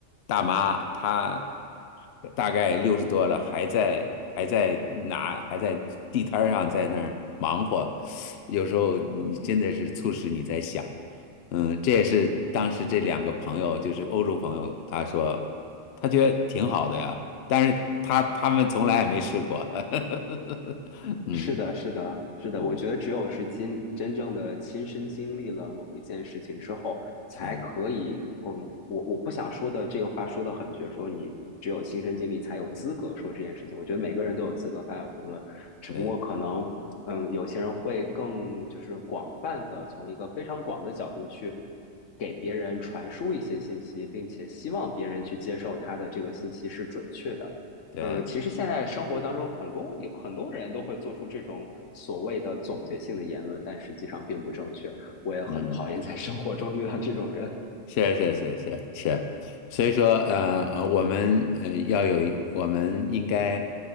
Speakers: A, on the left; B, on the left.
A: 大妈，她大概六十多了，还在还在拿还在地摊儿上在那儿忙活，有时候你真的是促使你在想，嗯，这也是当时这两个朋友，就是欧洲朋友，他说他觉得挺好的呀，但是他他们从来也没试过，<laughs> 嗯
B: 是的，是的，是的，
A: 嗯
B: 我觉得只有是亲真正的亲身经历了某一件事情之后，才可以，
A: 嗯，
B: 嗯，我我不想说的这个话说的很绝，说你只有亲身经历才有资格说这件事情。我觉得每个人都有资格发表评论，只不过可能，
A: 对对
B: 嗯，有些人会更就是广泛的从一个非常广的角度去给别人传输一些信息，并且希望别人去接受他的这个信息是准确的。
A: 对，
B: 嗯，其实现在生活当中，很多有很多人都会做出这种所谓的总结性的言论，但实际上并不正确。我也很讨厌在生活中遇到这种人。
A: 嗯。是是是是是，所以说呃呃，我们呃要有一我们应该